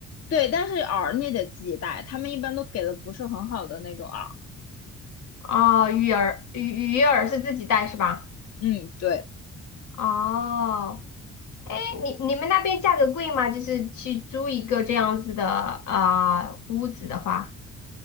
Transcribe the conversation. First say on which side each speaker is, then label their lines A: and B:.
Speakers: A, on the left; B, on the left.
A: 对，但是饵你得自己带，他们一般都给的不是很好的那种饵。
B: 哦，鱼饵鱼鱼饵是自己带是吧？
A: 嗯，对，
B: 哦，哎，你你们那边价格贵吗？就是去租一个这样子的啊、呃屋子的话，